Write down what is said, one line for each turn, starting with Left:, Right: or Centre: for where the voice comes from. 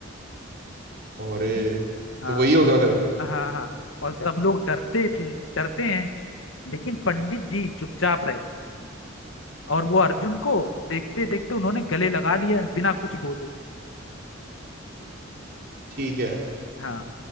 Right: अरे
Left: <clears throat> हाँ
Right: तो वही होगा फिर
Left: हाँ हाँ और सब लोग डरते थे डरते हैं लेकिन पंडित जी चुपचाप रहे और वो अर्जुन को देखते देखते उन्होंने गले लगा लिया बिना कुछ बोले
Right: ठीक है
Left: हाँ